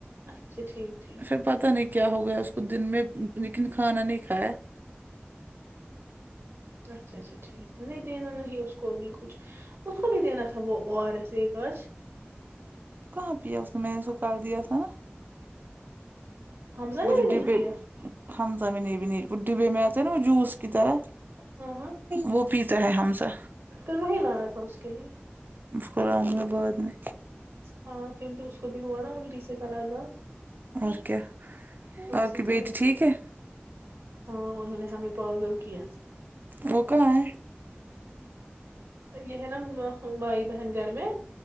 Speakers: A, on the right; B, on the right.
A: اچھا ٹھیک ٹھیک
B: پر پتا نہیں کیا ہو گیا اس کو دن میں لیکن کھانا نہیں کایا
A: اچھا اچھا ٹھیک نہیں دینا نہیں اس کو ابھی کچھ اس کو بھی دینا تھا وہ او آر ایس ایک آج
B: کہاں پیا اس نے میں نے اس کوکل دیا تھا نا
A: حمزہ
B: وہ
A: نے
B: جو
A: بھی
B: ڈبے
A: نہیں پیا
B: ہممز میں نہیں بھی نہیں وہ ڈبے میں آتے ہیں نا وہ جوس کی طرح
A: ہاں ہاں
B: وہ پیتا ہے حمزہ
A: پھر وہی لانا تھا اس کے لیے
B: پراوں میں بعد میں
A: ہاں کیونکہ اس کو بھی ہوا نا الٹی کیس سے کا لگا
B: اور کیا اپ
A: سی
B: کی بیٹی
A: فرق
B: ٹھیک
A: ہو.
B: ہے
A: ہاں انہوں نے ہمیں پاگل کیا
B: وہ کہا ہے
A: یہ ہے نا بھائی بہن گھر میں